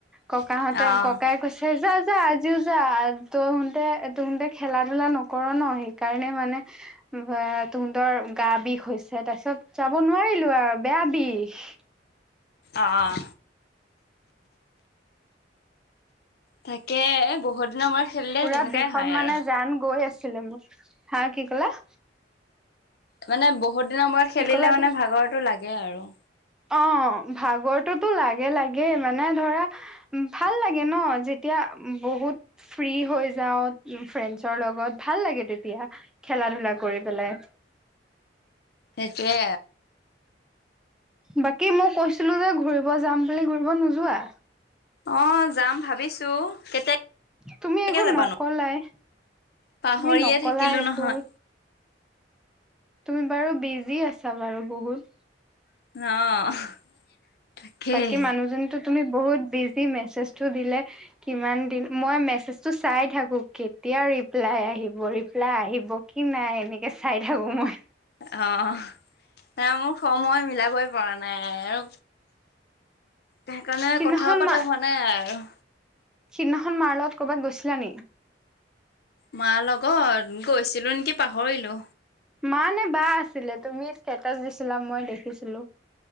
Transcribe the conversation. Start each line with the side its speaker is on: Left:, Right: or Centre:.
Centre: ককাহঁতে
Left: অ',
Centre: ককাইয়ে কৈছে যা যা আজিও যা তহনতে তহনতে খেলা ধূলা নকৰ ন সেইকাৰণে মানে বা তুহঁতৰ গা বিষ হৈছে তাৰপিছত যাব নোৱাৰিলো আৰু বেয়া বিষ
Left: অ অ তাকে এ বহুত দিনৰ মূৰত খেলিলে
Centre: পুৰা
Left: তেনেকুৱাই
Centre: বিষত
Left: হয়
Centre: মানে
Left: আৰু।
Centre: জান গৈ আছিলে মোৰ হা কি কলা
Left: মানে বহুত দিনৰ মূৰত খেলিলে
Centre: কি কলা
Left: মানে
Centre: তুমি
Left: ভাগৰতো লাগে আৰু
Centre: অ ভাগৰতোটো লাগে লাগেই মানে ধৰা ভাল লাগে ন যেতিয়া বহুত ফ্ৰী হৈ যাও ফ্ৰেণ্ডছৰ লগত ভাল লাগে তেতিয়া খেলা ধূলা কৰি পেলাই
Left: সেইটোৱে
Centre: বাকী মই কৈছিলো যে ঘূৰিব যাম বুলি ঘূৰিব নোযোৱা
Left: অ যাম ভাবিছো কেতিয়া
Centre: তুমি
Left: কেতিয়াকে
Centre: একো
Left: যাবানো?
Centre: নকলাই
Left: পাহৰিয়ে
Centre: তুমি নকলাই
Left: থাকিলো
Centre: একো
Left: নহয়
Centre: তুমি বাৰু বিজি আছা বাৰু বহুত
Left: অ তাকেই
Centre: বাকী মানুহজনীতো তুমি বহুত বিজি মেছেজটো দিলে কিমান দিন মই মেছেজটো চাই থাকো কেতিয়া ৰিপ্লাই আহিব ৰিপ্লাই আহিব কি নাই এনেকৈ চাই থাকো মই
Left: অ নাই মোক সময় মিলাবই পৰা নাই আৰু সেইকাৰণে
Centre: সিদিনাখন
Left: কথাও পতা
Centre: মা
Left: হোৱা নাই আৰু
Centre: সিদিনাখন মাৰ লগত কৰ'বাত গৈছিলা নি।
Left: মাৰ লগত গৈছিলো নেকি পাহৰিলো।
Centre: মা নে বা আছিলে তুমি ষ্টেটাচ দিছিলা মই দেখিছিলো।